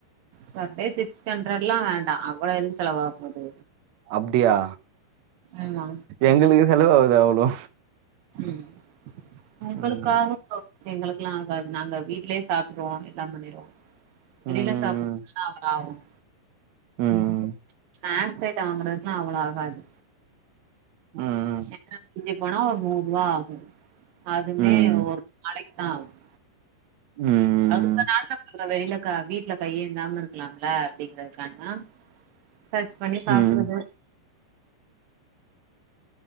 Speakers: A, on the right; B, on the right.
A: பர் டே சிக்ஸ் ஹண்ட்ரட் எல்லா வேண்டா அவ்ளோ எதுக்கு செலவாவ போது
B: அப்டியா
A: ஆமா
B: எங்களுக்கு செலவாவுது அவ்ளோ
A: ம் உங்களுக்கு
B: ம்.
A: ஆகும் ப்ரோ எங்களுக்கெல்லாம் ஆகாது நாங்க வீட்லேயே சாப்பிடுருவோம் எல்லா பண்ணிருவோம் வெளில
B: ம்.
A: சாப்புன்னா அவ்ளோ ஆவும்
B: ம்.
A: நா கிக்கெட் வாங்கனதுக்கல்லாம் அவ்ளோ ஆகாது
B: ம். ம்.
A: என்ன மிஞ்சி போனா ஒரு நூறு ரூபா ஆகும் அதுமே
B: ம்.
A: ஒரு நாளைக்கு தான் ஆகும்
B: ம் ம்.
A: அடுத்த நாள்ல பாருங்க வெளில க வீட்ல கையேந்தாம இருக்கலாம்ல அப்டிங்கிறதுக்காக சேர்ச் பண்ணி பாக்குறது
B: ம்.